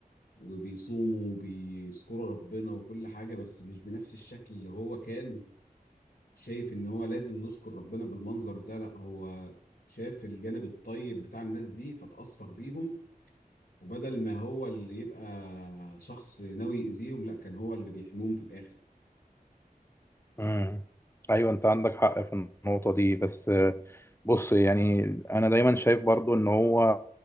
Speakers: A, on the left; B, on the left.
A: وبيصوموا وبيذكروا ربنا وكل حاجة بس مش بنفس الشكل اللي هو كان شايف ان هو لازم نذكر ربنا بالمنظر ده لا هو شاف الجانب الطيب بتاع الناس دي فتأثر بيهم وبدل ما هو اللي يبقى شخص ناوي يأذيهم لا كان هو اللي بيحميهم في الآخر
B: مم. ايوه انت عندك حق في النقطه دي بس آه، بص يعني انا دايما شايف برضو ان هو